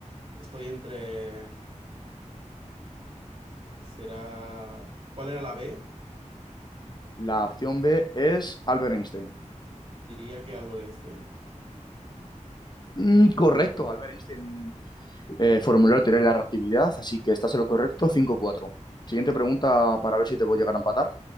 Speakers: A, on the right; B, on the left.
A: Estoy entre... Será... ¿Cuál era la B?
B: La opción B es Albert Einstein.
A: Diría que Albert Einstein.
B: Mm, correcto, Albert Einstein Eh, formular teoría de la reactividad, así que estás en lo correcto, Cinco cuatro. Siguiente pregunta para ver si te puedo llegar a empatar.